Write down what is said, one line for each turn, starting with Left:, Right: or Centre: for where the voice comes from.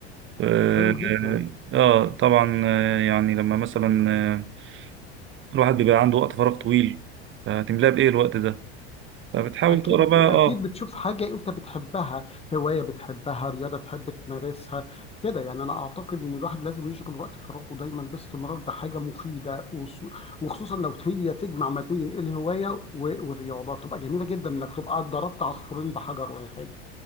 Right: آه
Left: حلو جدا
Right: آه، طبعا آه، يعني لما مثلا آه، الواحد بيبقى عنده وقت فراغ طويل هتملاه بإيه الوقت ده فبتحاول
Left: أكيد
Right: تقرا بقى
Left: أكيد
Right: آه
Left: بتشوف حاجة أنت بتحبها هواية بتحبها رياضة تحب تمارسها كده يعني أنا أعتقد إن الواحد لازم يشغل وقت فراغه دايما باستمرار بحاجة مفيدة وص- وخصوصا لو هي تجمع ما بين الهواية و- والرياضة تبقى جميلة جدا إنك تبقى ضربت عصفورين بحجر واحد